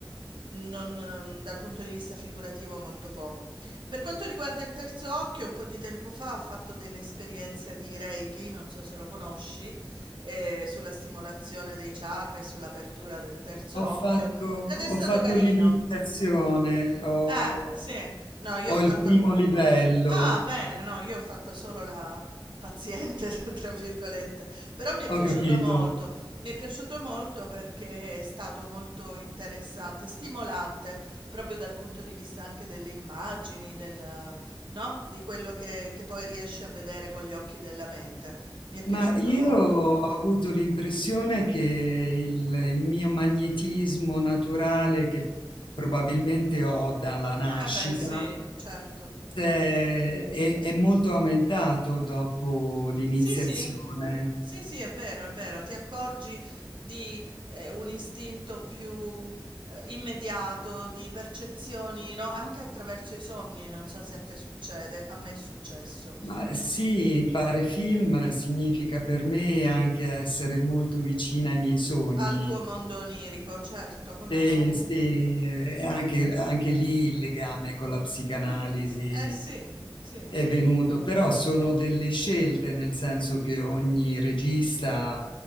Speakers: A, on the right; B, on the left.
A: non, ehm, dal punto di vista figurativo molto poco. Per quanto riguarda il terzo occhio, un po' di tempo fa ho fatto delle esperienze di Reiki, non so se lo conosci, eh, sulla stimolazione dei chakra e sull'apertura del terzo
B: Ho
A: occhio
B: fatto,
A: ed
B: ho
A: è stato
B: fatto
A: carino.
B: l'iniziazione, ho,
A: Eh, sì. No, io
B: ho
A: ho fatto
B: il primo livello,
A: Ah, bene, no, io ho fatto solo la paziente, <laughs> tra virgolette, però mi è
B: ho
A: piaciuto
B: capito.
A: molto, mi è piaciuto molto perché è stato molto interessante, stimolante, proprio dal punto di vista anche delle immagini, del, no? Di quello che, che poi riesci a vedere con gli occhi della mente. Mi è
B: Ma
A: piaciuto
B: io
A: molto.
B: ho avuto l'impressione che il, il mio magnetismo naturale, che probabilmente ho dalla nascita,
A: Eh beh, sì, certo.
B: è, è- è molto aumentato dopo l'iniziazione.
A: Sì, sì, sì, sì, è vero, è vero, ti accorgi di eh, un istinto più eh, immediato, di percezioni, no? Anche attraverso i sogni, non so se a te succede, a me è successo,
B: Ma sì,
A: Eh,
B: fare film significa per me anche essere molto vicina ai miei sogni
A: al tuo mondo onirico, certo, come
B: e
A: no?
B: Sì. se- anche, anche lì il legame con la psicanalisi
A: Eh sì, sì,
B: è
A: sì.
B: venuto, però sono delle scelte, nel senso che ogni regista